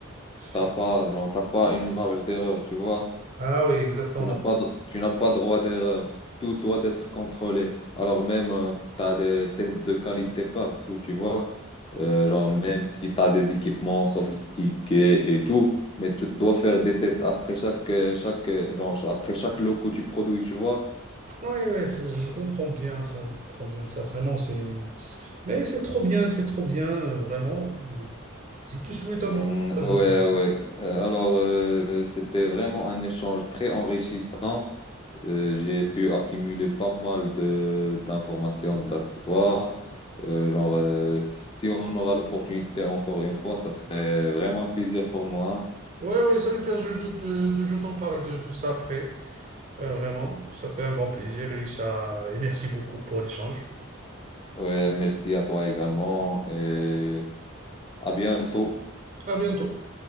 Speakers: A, on the right; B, on the left.
A: c'est-
B: t'as pas, genre, t'as pas une marge d'erreur, tu vois.
A: Ah oui, exactement.
B: Tu n'as pas, de- tu n'as pas droit d'erreur. Tout doit être contrôlé. Alors même, euh, t'as des tests de qualité partout, tu vois. Euh, genre, même si t'as des équipements sophistiqués et tout, mais tu dois faire des tests après chaque, euh, chaque, euh, genre, après chaque lot que tu produis, tu vois.
A: Oui, oui, c'est- je comprends bien ça, je comprends bien ça, vraiment, c'est... Mais c'est trop bien, c'est trop bien, euh, vraiment. Euh, Je te souhaite un
B: Mm,
A: bon courage.
B: ouais,
A: donc.
B: ouais. Euh, alors, euh, c'était vraiment un échange très enrichissant. Euh, j'ai pu accumuler pas mal de d'informations d'après toi. Euh, genre, euh, si on aura l'opportunité encore une fois, ça serait vraiment un plaisir pour moi.
A: Oui, oui, ça me plaisir de, de, de- je t'en parle de, de ça après. Euh, vraiment, ça fait un grand plaisir, Lisa, et merci beaucoup pour l'échange.
B: Ouais, merci à toi également et à bientôt.
A: À bientôt.